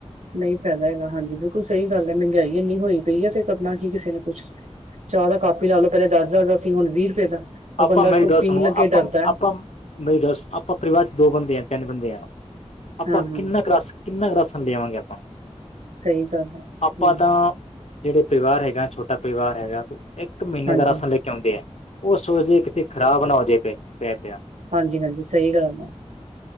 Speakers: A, on the right; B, on the left.
A: ਨਹੀਂ ਫਾਇਦਾ ਹੈਗਾ। ਹਾਂਜੀ, ਬਿਲਕੁਲ ਸਹੀ ਗੱਲ ਹੈ। ਮਹਿੰਗਾਈ ਇੰਨੀ ਹੋਈ ਪਈ ਹੈ ਤੇ ਕਰਨਾ ਕੀ ਕਿਸੇ ਨੇ ਕੁਛ। ਚਾਹ ਦਾ ਕਾਪੀ ਲਾ ਲਓ। ਪਹਿਲੇ ਦ ਹਾਰ ਦਾ ਸੀ ਹੁਣ ਵੀਹ ਰੁਪਏ ਦਾ। ਉਹ
B: ਆਪਾਂ!
A: ਬੰਦਾ
B: ਮੇਰੀ
A: ਸੋ
B: ਗੱਲ
A: ਪੀਣ
B: ਸੁਣੋ
A: ਲੱਗੇ
B: ਆਪਾਂ,
A: ਡਰਦਾ ਹੈ।
B: ਆਪਾਂ ਮੇਰੀ ਗੱਲ ਸੁਣ ਆਪਾਂ ਪਰਿਵਾਰ ਚ ਦੋ ਬੰਦੇ ਹ ਤਨ ਬੰਦੇ ਆ ਆਪਾਂ
A: ਹਾਂ ਹਾਂ
B: ।ਕਿੰਨਾ ਕੁ ਰਾਸ ਕਿੰਨਾ ਕੁ ਰਾਸ਼ਨ ਲਵਾਂਗੇ ਆਪਾਂ।
A: ਸਹੀ ਗੱਲ ਹੈ
B: ਆਪਾਂ
A: ਹਮ!
B: ਤਾਂ
A: !
B: ਜਿਹੜੇ ਪਰਿਵਾਰ ਹੈਗਾ, ਛੋਟਾ ਪਰਿਵਾਰ ਹੈਗਾ ਇੱਕ ਮਹੀਨੇ
A: ਹਾਂਜੀ
B: ਦਾ ਰਾਸ਼ਨ ਲੈ ਕੇ ਆਉਂਦੇ ਹੈ। ਉਹ ਸੋਚ, ਜੇ ਕਿਤੇ ਖਰਾਬ ਨਾ ਹੋ ਜਾੇ ਪ ਪੈ ਪਿਆ।
A: ਹਾਂਜੀ-ਹਾਂਜੀ ਸਹੀ ਗੱਲ ਹੈ